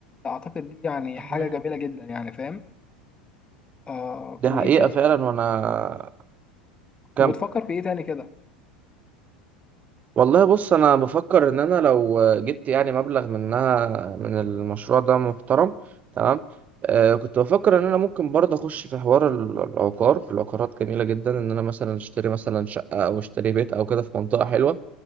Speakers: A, on the left; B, on the right.
A: اعتقد دي يعني
B: <laughs>
A: حاجه جميله جدا يعني فاهم آه
B: دي
A: وايه
B: حقيقة
A: تاني
B: فعلا وانا كم
A: وبتفكر في ايه تاني كده
B: والله بص انا بفكر ان انا لو جبت يعني مبلغ منها من المشروع ده محترم تمام آه كنت بفكر ان انا ممكن برضه اخش في حوار ال- العقار العقارات جميله جدا ان انا مثلا اشتري مثلا شقه او اشتري بيت او كده في منطقه حلوه